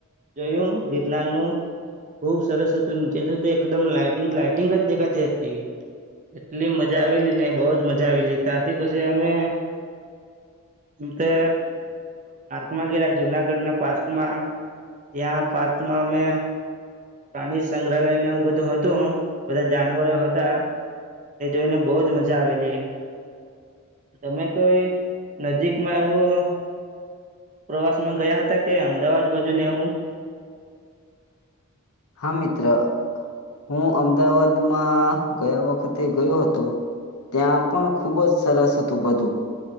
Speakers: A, on the right; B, on the left.
A: જોયું ગિરનાર નુ ખુબ સરસ હતું નીચે તે એકદમ લાઇટિંગ લાાઈટિંગ જ દેખાતી હતી એટલી મજા આવેલી ને બહ જ મજા આવેલી ત્યાંથી પછી અમે તે પાર્કમાં ગયલા જુનાગઢ ના પાર્કમાં ત્યાં પાર્કમાં અમે પ્રાણી સંગ્રહાલયને એવું બધું હતું બધા જાનવરો હતા એ જોઈને બહુજ મજા આવેલી તમે કોઈ નજીકમાં એવું પ્રવાસ માં ગયા હતા કે અમદાવાદ બાજુને એવું?
B: હા મિત્ર હું અમદાવાદમાં ગયા વખતે ગયો હતો ત્યાં પણ ખુબ જ સરસ હતું બધું